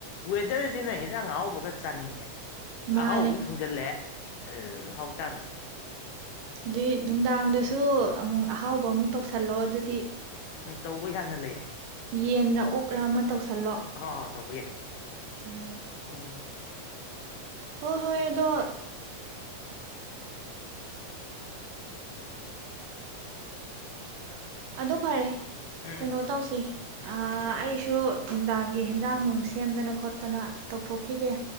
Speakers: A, on the left (about 80°); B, on the right (about 85°).
A: ꯋꯦꯗꯔꯁꯤꯅ ꯌꯦꯟꯖꯥꯡ ꯍꯥꯎꯕꯒ ꯆꯥꯅꯤꯡꯉꯦ
B: ꯃꯥꯅꯦ
A: ꯑꯍꯥꯎ ꯊꯣꯡꯖꯤꯜꯂꯦ ꯑꯗꯨ ꯍꯥꯎ ꯇꯥꯅꯤ
B: ꯑꯗꯨꯏ ꯅꯨꯡꯗꯥꯡꯗꯁꯨ ꯑꯃꯨꯛ ꯑꯍꯥꯎꯕ ꯑꯃꯨꯛ ꯇꯧꯁꯜꯂꯣ ꯑꯗꯨꯗꯤ
A: ꯎꯝ ꯇꯧꯕ ꯍꯅ ꯂꯩꯔꯦ
B: ꯌꯦꯟꯔ ꯑꯣꯛꯔ ꯑꯃ ꯇꯧꯁꯜꯂꯣ
A: ꯑꯥ ꯇꯧꯕ ꯌꯥꯏ
B: ꯎꯝ
A: ꯎꯝ <inaudible>
B: ꯍꯣꯏ ꯍꯣꯏ ꯑꯗꯣ ꯑꯗꯣ ꯐꯔꯦ
A: ꯎꯝ
B: ꯀꯩꯅꯣ
A: ꯎꯝ
B: ꯇꯧꯁꯦ ꯑꯩꯁꯨ ꯅꯨꯡꯗꯥꯡꯒꯤ ꯍꯦꯟꯖꯥꯡ ꯅꯨꯡ ꯁꯦꯝꯗꯅ ꯈꯣꯠꯇꯅ ꯇꯧꯊꯣꯛ ꯈꯤꯒꯦ